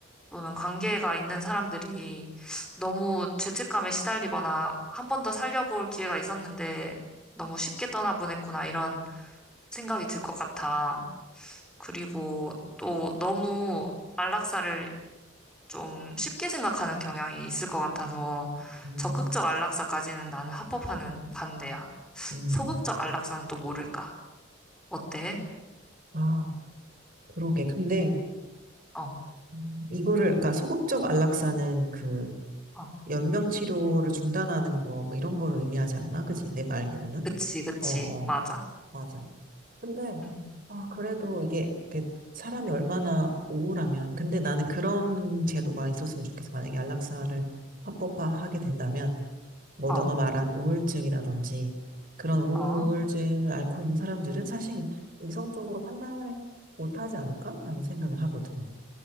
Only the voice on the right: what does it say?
음.
음.
아. 그러게. 근데
음, 이거를 그러니까 소극적 안락사는 그
연명 치료를 중단하는 거 뭐 이런 거를 의미하지 않나? 그지? 내가 알기로는.
어, 어.
맞아. 근데
아, 그래도 이게 이렇게 사람이 얼마나 우울하면 근데 나는 그런 제도가 있었으면 좋겠어. 만약에 안락사를 합법화하게 된다면 뭐
너가 말한 우울증이라든지 그런 우울증을
앓고 있는 사람들은 사실 이성적으로 판단을 못하지 않을까라는 생각을 하거든.